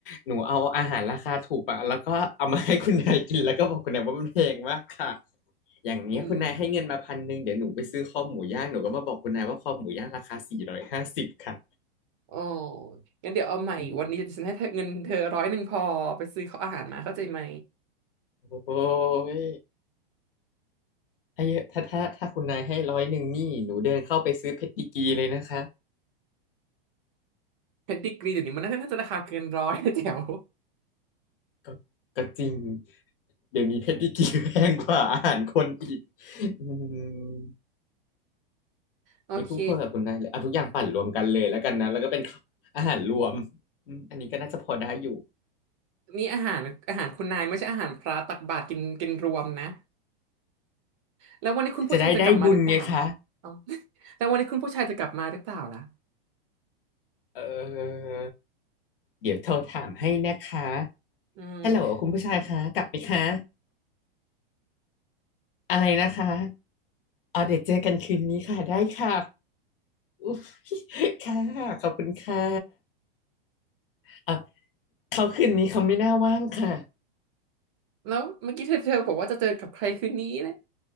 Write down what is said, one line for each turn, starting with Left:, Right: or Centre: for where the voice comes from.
Left: หนูเอาอาหารราคาถูกอะแล้วก็เอามาให้คุณนายกินแล้วก็บอกคุณนายว่ามันแพงมากค่ะอย่างเนี้ยคุณนายให้เงินมาพันหนึ่งเดี๋ยวหนูไปซื้อคอหมูย่างหนูก็มาบอกคุณนายว่าคอหมูย่างราคาสี่ร้อยห้าสิบค่ะ
Right: อืมโอ้งั้นเดี๋ยวเอาใหม่วันนี้ฉันให้เธอเงินเธอร้อยหนึ่งพอไปซื้อข้าวอาหารมาเข้าใจไหม
Left: อืมโอ้ยถ้าเยอะถ้าถ้าถ้าคุณนายให้ร้อยหนึ่งนี่หนูเดินเข้าไปซื้อเพชรดีกรีเลยนะคะ
Right: เพชรดิกรีเดี๋ยวนี้มันน่าจะราคาเกินร้อยนะแจ๋ว
Left: ก็ก็จริงเดี๋ยวนี้เพดดิกีแพงกว่าอาหารคนอีกอืม
Right: โอเค
Left: ไม่คู่ควรกับคุณนายเลยเอาทุกอย่างปั่นรวมกันเลยแล้วกันนะแล้วก็เป็นอาหารรวมอืมอันนี้ก็น่าจะพอได้อยู่
Right: นี่อาหารอาหารคุณนายไม่ใช่อาหารพระตักบาตรกินกินรวมนะแล้ววันนี้คุณผู้ชายจะกลับมาหรือเปล่า
Left: จะได้ได้บุญไงคะ
Right: เอา <laughs> แล้ววันนี้คุณผู้ชายจะกลับมาหรือเปล่าล่ะ
Left: เออเดี๋ยวโทรถามให้นะคะ
Right: อืม
Left: ฮัลโหลคุณผู้ชายคะกลับไหมคะอะไรนะคะอ๋อเดี๋ยวเจอกันคืนนี้ค่ะได้ค่ะอุ๊ยค่ะขอบคุณค่ะเอ่ะเขาคืนนี้เขาไม่น่าว่างค่ะ
Right: แล้วเมื่อกี้เธอเธอบอกว่าจะเจอกับใครคืนนี้นะ